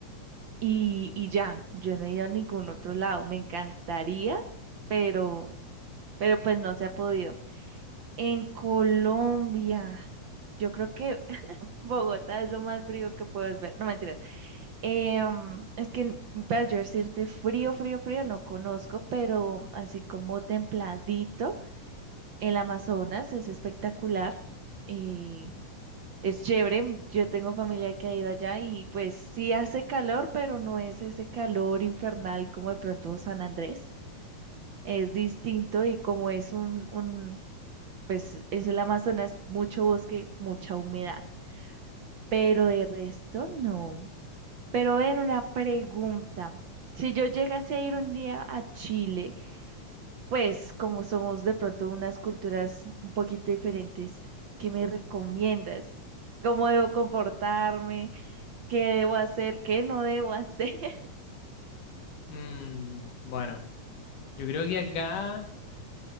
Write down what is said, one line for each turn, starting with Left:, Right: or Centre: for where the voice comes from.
Right: y, y ya, yo no he ido a ningún otro lado. Me encantaría, pero, pero pues no se ha podido. En Colombia, yo creo que <laughs> Bogotá es lo más frío que puedes ver. No, mentiras. Em, es que para yo decirte frío, frío, frío, no conozco, pero así como templadito, el Amazonas es espectacular y es chévere. Yo tengo familia que ha ido allá y pues sí hace calor, pero no es ese calor infernal como de pronto San Andrés. Es distinto y como es un, un, pues es el Amazonas, mucho bosque, mucha humedad, pero de resto no. Pero ven una pregunta. Si yo llegase a ir un día a Chile, pues como somos de pronto unas culturas un poquito diferentes, ¿qué me recomiendas? ¿Cómo debo comportarme? ¿Qué debo hacer? ¿Qué no debo hacer? <laughs>
Left: Mm, bueno, yo creo que acá,